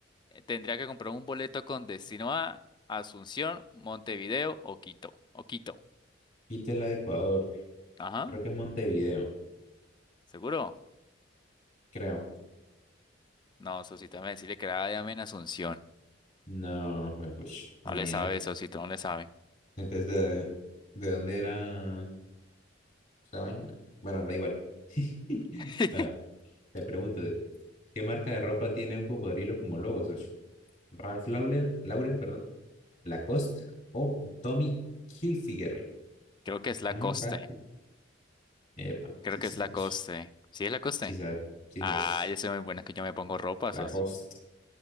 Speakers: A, on the left; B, on the left.
A: eh, tendría que comprar un boleto con destino a Asunción, Montevideo o Quito. O Quito.
B: Quito la de Ecuador.
A: Ajá,
B: Creo que es Montevideo.
A: ¿seguro?
B: Creo.
A: No, Sosito, déjame decirle que era llame en Asunción.
B: No, me push. No,
A: No le
B: ni
A: sabe,
B: idea.
A: Sosito, no le sabe.
B: Entonces, ¿de, de dónde era esa vaina? Bueno, da igual. <laughs>
A: <laughs>
B: Ah, te pregunto, ¿qué marca de ropa tiene un cocodrilo como logo, socio? Ralph Lauren, Lauren, perdón, Lacoste o Tommy Hilfiger.
A: Creo que es la
B: Está muy
A: coste.
B: fácil. Epa,
A: Creo
B: sí
A: que
B: sabes,
A: es la
B: socio.
A: coste. ¿Sí es la coste?
B: Sí sabes, sí
A: Ah,
B: sabes.
A: yo soy muy buena, es que yo me pongo ropa,
B: Lacoste.
A: socio.